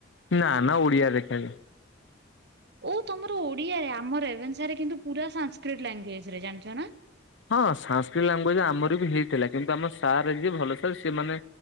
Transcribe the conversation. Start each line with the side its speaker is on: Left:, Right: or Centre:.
Left: ନା ନା ଓଡ଼ିଆ ଲେଖାଯାଏ।
Right: ଓ ତମର ଓଡିଆରେ ଆମ ରେଭେନ୍ସା ରେ କିନ୍ତୁ ପୁରା ସାସ୍କ୍ରିଟ ଲାଙ୍ଗୁଏଜ ରେ ଜାଣିଛ ନା?
Left: ହଁ ସାସ୍କୃତ ଲାଙ୍ଗୁଏଜ ଆମର ବି ହେଇଥିଲା କିନ୍ତୁ ଆମ ସାର୍ ଯିଏ ଭଲ ସାର୍ ସେ ମାନେ